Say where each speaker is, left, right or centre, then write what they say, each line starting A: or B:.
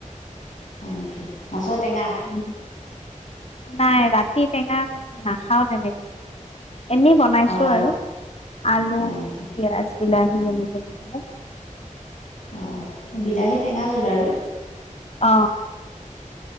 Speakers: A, on the left; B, on the left.
A: হয় নেকি মাছৰ টেঙা।
B: উম নাই ৰাতি টেঙা নাখাও তেনে। এনেই বনাইছো
A: অঁ
B: আৰু আলু
A: হয়
B: পিয়াজ
A: নেকি
B: বিলাহী এনেকে দি পেলাই।
A: অঁ বিলাহী টেঙা জোল আৰু।
B: অ।